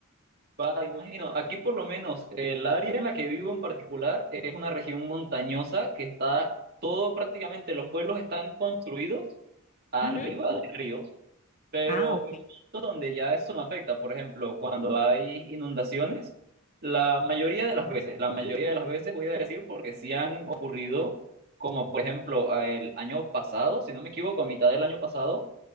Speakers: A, on the right; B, on the left.
A: Va, imagino, aquí por lo menos el área en la que vivo en particular es una región montañosa que está todo prácticamente, los pueblos están construidos arriba
B: Ujú.
A: de ríos. Pero
B: Ah, ok.
A: he visto donde ya eso no afecta, por ejemplo, cuando hay inundaciones, la mayoría de las veces, la mayoría de las veces voy a decir porque sí han ocurrido, como por ejemplo a el año pasado, si no me equivoco, a mitad del año pasado,